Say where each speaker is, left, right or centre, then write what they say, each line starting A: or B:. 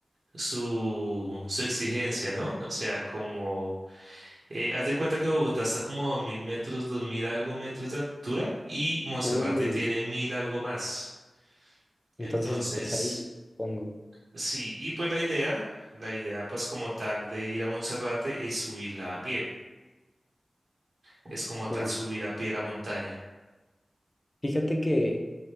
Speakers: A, on the right (about 65°); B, on the left (about 20°).
A: su, su exigencia, ¿no? O sea, como, eh, haz de cuenta que Bogotá está como a 2.000 metros, 2.000 algo metros de altura y Monserrate
B: Uy,
A: tiene 1.000 algo más. Entonces,
B: entonces es pesadísimo, supongo.
A: sí, y pues la idea, la idea pues como tal de ir a Monserrate es subirla a pie, es como tal
B: Uf.
A: subir a pie la montaña.
B: Fíjate que